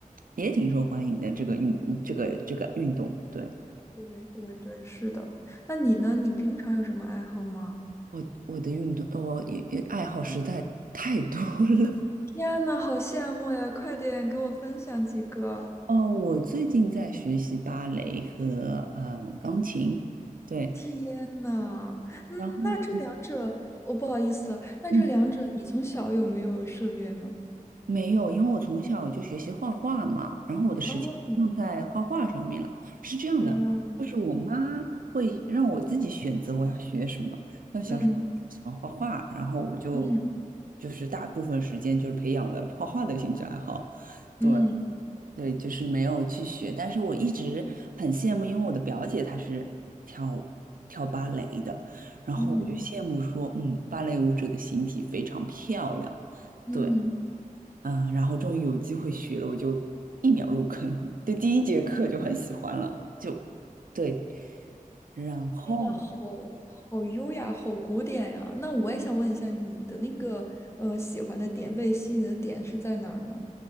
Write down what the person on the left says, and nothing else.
对对对，是的。那你呢？你平常有什么爱好吗？
天呐，好羡慕呀！快点给我分享几个。
天呐，嗯，
那这两者，我、不好意思啊，那这两者你从小有没有涉猎呢？
哦
原来如此，
嗯
嗯
嗯
嗯
嗯，
那好好优雅，好古典呀、那我也想问一下，你的那个呃喜欢的点，被吸引的点是在哪儿呢？